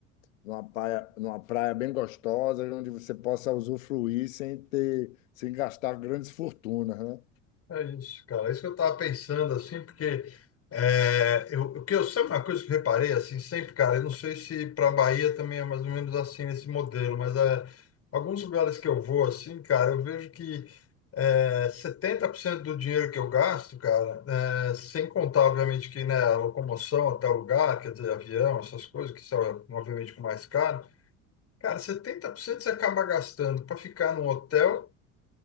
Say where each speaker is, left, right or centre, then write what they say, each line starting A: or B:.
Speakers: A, on the left; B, on the left.
A: numa praia, numa praia bem gostosa, onde você possa usufruir sem ter, sem gastar grandes fortunas, né?
B: É isso, cara. É isso que eu estava pensando, assim, porque é, eu, o que eu sempre uma coisa que eu reparei, assim, sempre, cara, eu não sei se para Bahia também é mais ou menos assim nesse modelo, mas é, alguns lugares que eu vou, assim, cara, eu vejo que é, 70% do dinheiro que eu gasto, cara, é, sem contar, obviamente, que né, a locomoção até o lugar, quer dizer, avião, essas coisas, que são, obviamente, com mais caro, cara, 70% você acaba gastando para ficar num hotel